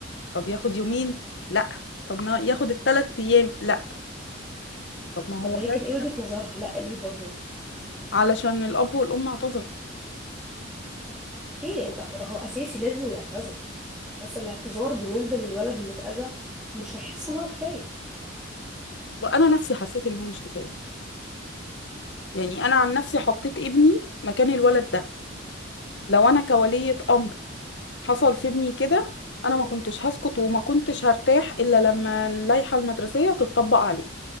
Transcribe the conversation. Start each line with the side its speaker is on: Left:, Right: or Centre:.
Left: طب ياخد يومين لا طب ما ياخد الثلاث ايام لا طب ما هو
Centre: طب هي
Left: ده
Centre: كانت
Left: كده
Centre: ايه وجهه نظرها لا ليه برضه
Left: علشان الاب والام اعتذروا
Centre: اوكي انت هت- هو اساسي لازم يعتذر بس الاعتذار بالنسبه للولد اللي اتاذى مش هيحس ان هو كفايه
Left: وانا نفسي حسيت ان هو مش كفايه يعني انا عن نفسي حطيت ابني مكان الولد ده لو انا كولية امر حصل في ابني كده انا ما كنتش هسكت وما كنتش هرتاح الا لما اللائحه المدرسيه تتطبق عليه